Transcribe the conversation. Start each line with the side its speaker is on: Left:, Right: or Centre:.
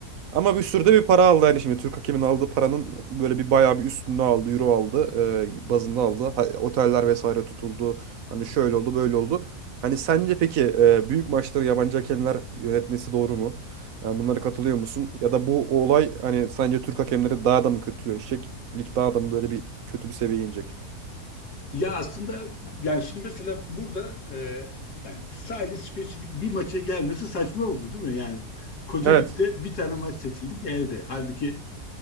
Right: Ama bir sürü de bir para aldı yani şimdi Türk hakemin aldığı paranın böyle bir bayağı bir üstünü aldı, euro aldı, e, bazında aldı. Ha- oteller vesaire tutuldu. Hani şöyle oldu, böyle oldu. Hani sence peki e, büyük maçları yabancı hakemler yönetmesi doğru mu? Yani bunlara katılıyor musun? Ya da bu olay hani sence Türk hakemleri daha da mı kötüleşecek? Lig daha da mı böyle bir kötü bir seviyeye inecek?
Left: Ya aslında yani şimdi mesela burada e, yani sadece spesifik bir maça gelmesi saçma oldu değil mi? Yani koca
Right: Evet.
Left: ligde bir tane maç seçildi geldi. Halbuki